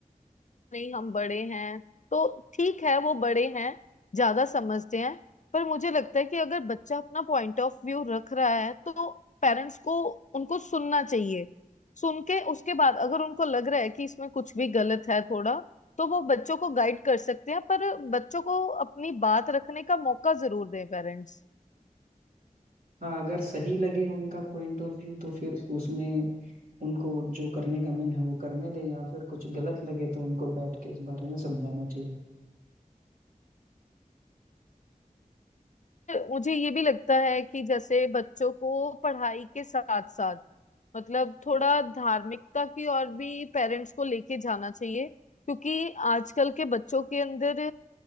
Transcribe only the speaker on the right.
हाँ अगर सही लगे उनका पॉइंट ऑफ व्यू तो फिर उसमें उनको जो करने का मन है वो करने दें या फिर कुछ गलत लगे तो उनको बैठ के उस बारे में समझाना चाहिए